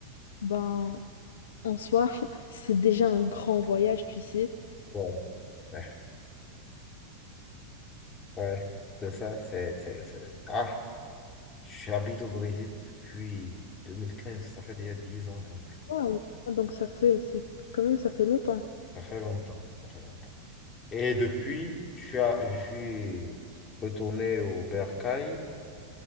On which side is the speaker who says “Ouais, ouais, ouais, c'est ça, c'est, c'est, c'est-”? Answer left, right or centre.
Left